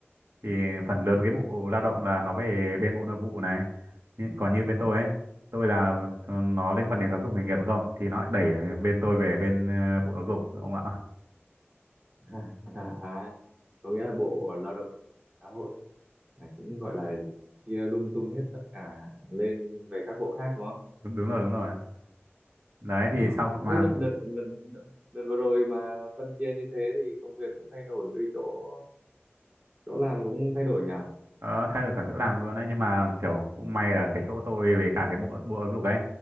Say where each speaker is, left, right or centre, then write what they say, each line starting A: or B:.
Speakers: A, on the right (about 75°); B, on the right (about 30°).
A: thì phần lớn cái bộ lao động là nó về bên bộ nội vụ này Nhưng- còn như bên tôi ấy tôi là ờ, nó liên quan đến giáo dục nghề nghiệp đúng không thì nó lại đẩy bên tôi về bên ờ, bộ giáo dục ông ạ <laughs>
B: Ừ. À, có nghĩa là Bộ Lao động Xã hội này cũng gọi là chia lung tung hết tất cả lên về các bộ khác đúng không?
A: đúng, đúng rồi đúng rồi đấy thì
B: Ờ,
A: sau mà
B: Thế đợt, đợt, đợt, đợt, đợt vừa rồi mà phân chia như thế thì công việc cũng thay đổi với chỗ chỗ làm cũng thay đổi nhỉ?
A: ờ, thay đổi cả chỗ làm luôn đấy nhưng mà kiểu cũng may là cái chỗ tôi về cả cái bộ bộ giáo dục ấy